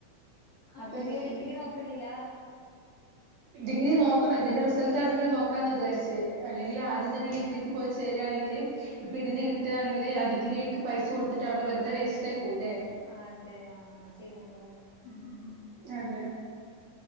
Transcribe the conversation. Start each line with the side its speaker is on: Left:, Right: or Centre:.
Left: അപ്പൊ
Right: ഉം
Left: ഇന്നി ഡിഗ്രി നോക്കണില്ലാ
Right: ഡിഗ്രി നോക്കണം ഇതിന്റെ റിസൾട്ട് അറിഞ്ഞിട്ട് നോക്കാന്ന് വിചാരിച്ച് അല്ലെങ്കിൽ ആദ്യം
Left: ആഹ്
Right: തന്നെ ഡിഗ്രി ക്ക് പോയി ചേരാണെങ്കില് ഇപ്പ ഇതിന്
Left: ആഹ്
Right: കിട്ടുകാണെങ്കില് ആ ഡിഗ്രിക്ക് പൈസ കൊടുത്തിട്ട് അവിടെ വെറുതെ വേസ്റ്റായി പോകൂല്ലേ
Left: അതേ ആഹ് ശെരിയാണല്ലോ ല്ലേ ഉം ഉം ഉം
Right: അതെ